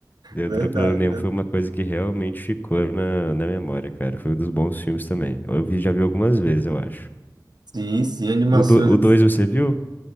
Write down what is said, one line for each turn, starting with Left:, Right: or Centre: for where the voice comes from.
Left: Neutroclone
Right: verdade, né?
Left: foi uma coisa que realmente ficou na, na memória, cara. Foi um dos bons filmes também. Eu vi, já vi algumas vezes, eu acho.
Right: Sim, sim, animações.
Left: O do o dois
Right: assim.
Left: você viu?